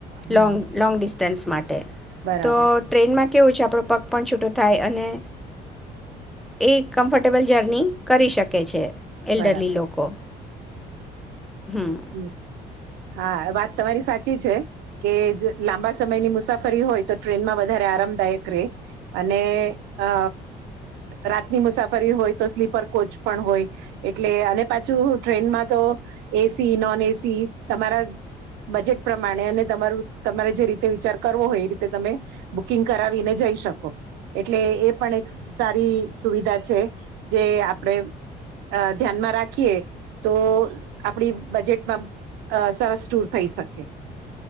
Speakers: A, on the right; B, in the centre.
A: હમ
B: લોન્ગ લોન્ગ, ડિસ્. સ્ટેન્સ, માટે.
A: બરાબર.
B: તો ટ્રેનમાં. કેવું છે, આપણો પગ પણ છૂટો, થાય અને, એ કમ્ફર્ટેબલ જર્ની. કરી શકે છે, એલ્ડરલી
A: બરાબર
B: લોકો. હમ
A: હ, હા વાત તમારી સાચી છે, કે લાંબા સમયની મુસાફરી હોય તો ટ્રેનમાં વધારે આરામદાયક રે અને અ રાતની મુસાફરી હોય, તો સ્લીપર કોચ, પણ હોય, એટલે અને પાછું ટ્રેનમાં તો એસ સી, નોન એસી, તમારા બજેટ પ્રમાણે અને તમારું તમારે જે, રીતે. વિચાર કરવો હોય, એ રીતે તમે બુકિંગ કરાવીને જઈ, શકો એટલે એ પણ એક સારી સુવિધા છે, જે આપણે ધ્યાનમાં રાખીએ, તો આપડી બજેટમાં અહ સરસ ટૂર થઈ શકે.